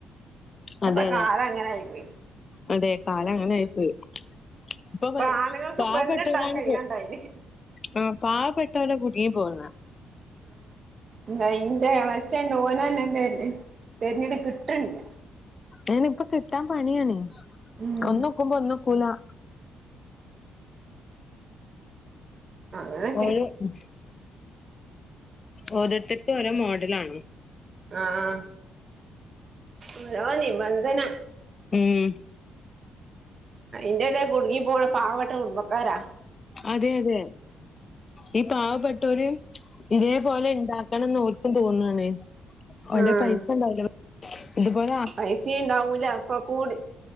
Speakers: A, on the right (about 45°); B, on the left (about 35°).
A: ഇപ്പത്തെ
B: അതെ അതെ
A: കാലം അങ്ങനെ ആയി പോയി
B: അതെ കാലം അങ്ങനെ ആയിപ്പോയി ഇപ്പപ്പെയ്
A: ഇപ്പൊ ആണുങ്ങൾക്ക്
B: പാവപെട്ടോലാണ്
A: പെണ്ണിട്ടാൻ കയ്യാണ്ടായിന്
B: ഇത് ആ പാവപ്പെട്ടോലാ കുട്ങ്ങി പോവ്ന്നെ
A: ഇന്നാ ഇന്റെ എളച്ചെൻ ഇണ്ട് ഒനെന്നെ തെര് തെര്ഞ്ഞ്ട്ട് കിട്ടെണ്ടെ
B: അയിന് ഇപ്പ കിട്ടാൻ പണിയണേ
A: ഉം
B: ഒന്ന് ഒക്കുമ്പോ ഒന്ന് ഒക്കൂലാ
A: അങ്ങനൊക്കെ
B: ഓരോ ഉ ഓരോരുത്തർക്ക ഓരോ മോഡലാണ്
A: ആഹ ആഹ ഓരോ നിബന്ധന
B: ഉം
A: എന്റെട കുടുങ്ങി പോണ പാവട്ട കുടുംബക്കാരാ
B: അതെ അതെ ഈ പാവപ്പെട്ടവര് ഇതേപോലെ ഉണ്ടാക്കണംന്ന് ഓർക്കും തോന്നാണ് ഒ
A: ആഹ്
B: പൈസ ഉണ്ടാവല ഇതുപോലെ
A: പൈസയും ഉണ്ടാവൂല ഒക്കെ കൂടി